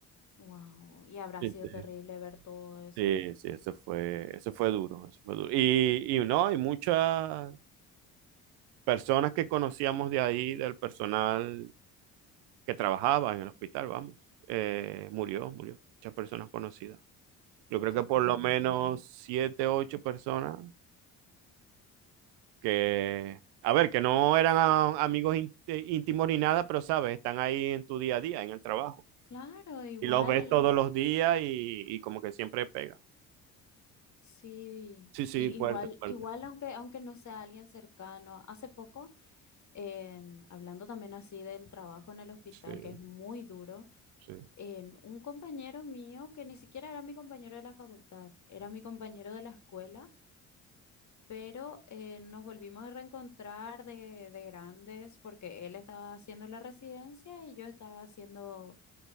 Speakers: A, on the left; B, on the right.
A: Wow, y habrá
B: Sí,
A: sido
B: sí.
A: terrible ver todo eso.
B: Sí, sí, eso fue, eso fue duro, eso fue duro. Y, y no, hay muchas personas que conocíamos de ahí, del personal que trabajaba en el hospital, vamos, eh, murió, murió, muchas personas conocidas. Yo creo
A: Qué
B: que
A: triste.
B: por lo menos siete, ocho personas que, a ver, que no eran a- amigos ínt- eh, íntimos ni nada, pero sabes, están ahí en tu día a día, en el trabajo.
A: Claro, igual.
B: Y los ves todos los días y, y como que siempre pega.
A: Sí,
B: Sí, sí,
A: i-
B: fuerte,
A: igual,
B: fuerte.
A: igual aunque, aunque no sea alguien cercano. Hace poco, en- hablando también así del trabajo en el hospital,
B: Sí,
A: que es muy duro,
B: sí.
A: en un compañero mío, que ni siquiera era mi compañero de la facultad, era mi compañero de la escuela, pero eh, nos volvimos a reencontrar de, de grandes porque él estaba haciendo la residencia y yo estaba haciendo,